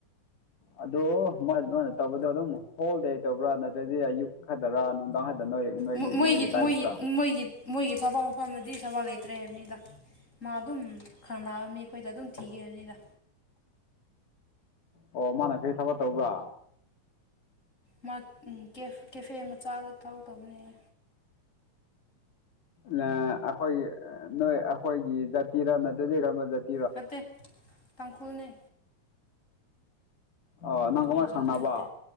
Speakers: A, on the left; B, on the left.
A: ꯑꯗꯣ ꯃꯥꯟ ꯃꯥꯅ ꯇꯧꯕꯗꯣ ꯑꯗꯨꯝ ꯍꯣꯜ ꯗꯦ ꯇꯧꯕ꯭ꯔꯥ ꯅꯠꯇ꯭ꯔꯗꯤ ꯑꯌꯨꯛ ꯈꯛꯇꯔꯥ ꯅꯨꯡꯗꯥꯡ ꯈꯠꯗ ꯅꯣꯏ ꯅꯣꯏꯒꯤ
B: ꯃꯣ ꯃꯣꯏꯒꯤ
A: ꯅꯣꯏꯒꯤ ꯇꯥꯏꯞꯇꯔꯥ
B: ꯃꯣꯏꯒꯤ ꯃꯣꯏꯒꯤ ꯃꯣꯏꯒꯤ ꯊꯥꯕꯛ ꯃꯐꯝꯗꯗꯤ ꯊꯕꯛ ꯂꯩꯇ꯭ꯔꯦ ꯍꯥꯏꯕꯅꯤꯗ꯫ ꯃꯥ ꯑꯗꯨꯝ ꯈꯪꯅꯕ ꯃꯤ ꯈꯣꯏꯗ ꯑꯗꯨꯝ ꯊꯤꯒꯦ ꯍꯥꯏꯝꯅꯤꯗ꯫
A: ꯑꯣ ꯃꯥꯅ ꯀꯔꯤ ꯊꯕꯛ ꯇꯧꯕ꯭ꯔꯥ?
B: ꯃꯥ ꯎꯝ ꯀꯦꯐ ꯀꯦꯐꯦ ꯃꯆꯥꯗ ꯊꯕꯛ ꯇꯧꯕꯅꯦ꯫
A: ꯅꯥ ꯑꯩꯈꯣꯏꯒꯤ ꯑꯥ ꯅꯣꯏ ꯑꯩꯈꯣꯏꯒꯤ ꯖꯥꯇꯤꯔꯥ ꯅꯠꯇ꯭ꯔꯗꯤ ꯀꯔꯝꯕ ꯖꯥꯠ
B: ꯅꯠꯇꯦ ꯇꯥꯡꯈꯨꯜꯅꯦ꯫
A: ꯑ ꯅꯪ
B: ꯑꯩꯈꯣꯏ
A: ꯀꯃꯥꯏ
B: ꯖꯥꯇꯤ
A: ꯈꯪꯅꯕ꯫
B: ꯅꯠꯇꯦ